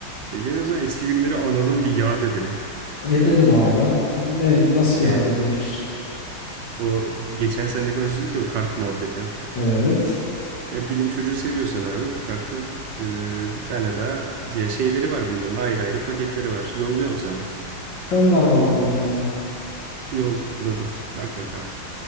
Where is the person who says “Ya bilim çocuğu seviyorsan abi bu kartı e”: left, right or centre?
Right